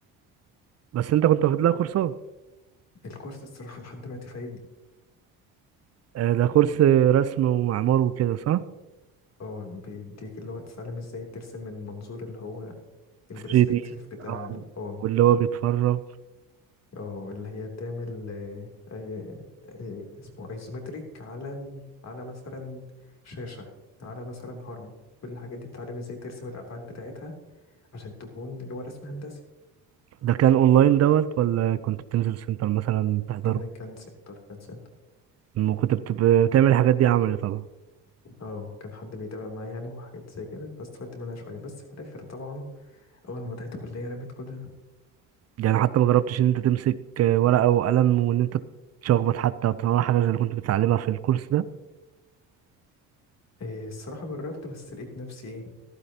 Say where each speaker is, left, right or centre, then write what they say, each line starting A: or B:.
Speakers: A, on the right; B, on the left.
A: بس انت كنت واخد لها كورسات
B: الكورس الصراحه لحد دلوقتي فايدني
A: آه، ده كورس رسم ومعمار وكده صح
B: اه بيديك اللي هو تتعلم ازاي ترسم من منظور اللي هو البرسبكتيف
A: 3D
B: بتاع
A: اه
B: ال- اه
A: واللي هو بيتفرج
B: اه اللي هي تعمل آه، أي- أي- اسمه ايزومتريك على ال... على مثلا شاشه على مثلا هرم كل الحاجات دي تتعلم ازاي ترسم الابعاد بتاعتها عشان تكون اللي هو رسم هندسي
A: ده كان اونلاين دوت ولا كنت بتنزل سنتر مثلا تحضره
B: كان كان سنتر كان سنتر
A: لما كنت بت- بتعمل الحاجات دي عملي طبعا
B: اه كان حد بيتابع معايا يعني وحاجات زي كده فاستفدت منها شوية بس في الآخر طبعا أول ما بدأت كلية رميت كل ده
A: يعني حتى ما جربتش ان انت تمسك ورقة وقلم وان انت تشخبط حتى وتطلع حاجة زي اللي كنت بتتعلمها في الكورس ده
B: إيه الصراحة جربت بس لقيت نفسي إيه